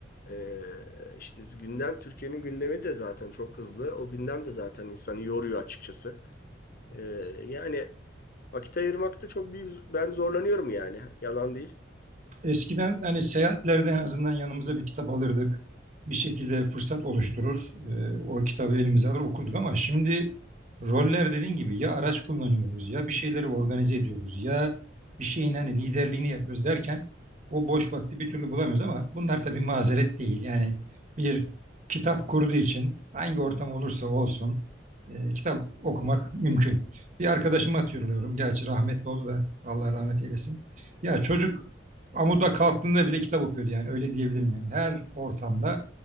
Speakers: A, on the left (about 55°); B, on the right (about 40°).
A: E, işte gündem Türkiye'nin gündemi de zaten çok hızlı. O gündem de zaten insanı yoruyor açıkçası. E, yani vakit ayırmakta çok büyük ben zorlanıyorum yani. Yalan değil.
B: Eskiden hani seyahatlerde en azından yanımıza bir kitap alırdık. Bir şekilde fırsat oluşturur. e, o kitabı elimize alır okurduk ama şimdi roller dediğin gibi ya araç kullanıyoruz ya bir şeyleri organize ediyoruz ya bir şeyin hani liderliğini yapıyoruz derken o boş vakti bir türlü bulamıyoruz ama bunlar tabii mazeret değil. Yani bir kitap kurduğu için hangi ortam olursa olsun e, kitap okumak mümkün. Bir arkadaşıma hatırlıyorum. Gerçi rahmetli oldu da Allah rahmet eylesin. Ya çocuk Amuda kalktığında bile kitap okuyordu yani öyle diyebilirim yani. Her ortamda